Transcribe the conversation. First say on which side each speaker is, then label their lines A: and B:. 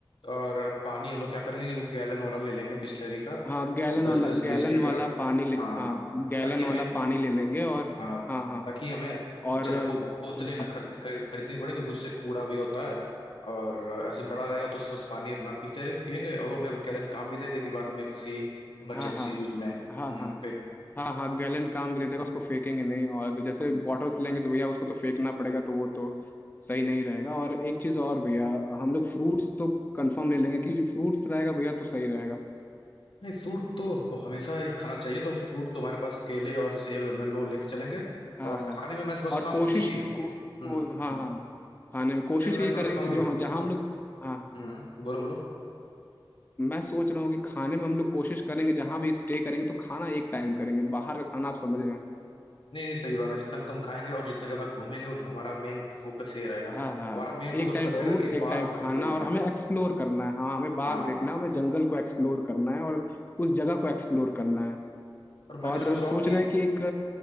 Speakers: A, on the left; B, on the left.
A: और पानी हम लोग क्या करेंगे कि वो गैलन वाला ले लेंगे बिस्लरी का
B: हाँ गैलन
A: दस
B: वाला
A: दस
B: गैलन
A: बीस लीटर
B: वाला
A: का
B: पानी ले
A: हाँ
B: हाँ गैलन
A: ताकि हमें
B: वाला पानी ले लेंगे और
A: हाँ
B: हाँ हाँ
A: ताकि हमें
B: और
A: ज़्यादा
B: हम्म,
A: वो बोतलें ना खरीद खरीद- खरीदनी पड़े क्योंकि उससे कूड़ा भी होता है और ऐसे बड़ा रहेगा तो उससे बस पानी अपना पीते रहेंगे पियेंगे और वो हमें गैलन काम भी दे देगी बाद में किसी इमरजेंसी
B: हाँ हाँ
A: यूज में हम्म,
B: हाँ हाँ हाँ हाँ गैलेंट काम भी दे देगा उसको फेंकेंगे नहीं और जैसे
A: पे
B: बॉटल्स लेंगे तो भैया उसको तो फेंकना पड़ेगा तो वो तो सही नहीं रहेगा और एक चीज़ और भैया हम लोग फ्रूट्स तो कंफर्म ले लेंगे कि फ्रूट्स रहेगा भैया तो सही रहेगा
A: नहीं फ्रूट तो हमेशा ही खाना चाहिए तो फ्रूट तो हमारे पास केले और सेब हम लोग लेके चलेंगे
B: हाँ
A: और
B: हाँ
A: खाने में मैं समझता
B: और
A: हूँ
B: कोशिश
A: कि हम्म
B: को, को हाँ
A: हम्म,
B: हाँ खाने में कोशिश
A: खाने में मैं
B: ये
A: समझता
B: करेंगे
A: हूँ
B: कि
A: कि
B: जो हाँ, जहाँ हम लोग हाँ
A: हम्म बोलो बोलो
B: मैं सोच रहा हूँ कि खाने में हम लोग कोशिश करेंगे जहाँ भी स्टे करेंगे तो खाना एक टाइम करेंगे बाहर का खाना आप समझ रहे हैं
A: नहीं नहीं सही बात है जितना कम खाएंगे और जितना ज्यादा घूमेंगे उतना हमारा मेन फोकस ये रहेगा
B: हाँ हाँ
A: हमारा मेन फोकस
B: एक टाइम
A: तो
B: फ्रूट्स
A: रहेगा कि
B: एक
A: बाघ
B: टाइम खाना
A: को देखना
B: और हमें एक्सप्लोर करना है हाँ हमें बाग
A: हाँ
B: देखना है हमें जंगल को एक्सप्लोर करना है और उस जगह को एक्सप्लोर करना है
A: और मैं
B: और
A: तो सोच रहा
B: सोच
A: हूँ कि
B: रहे हैं कि एक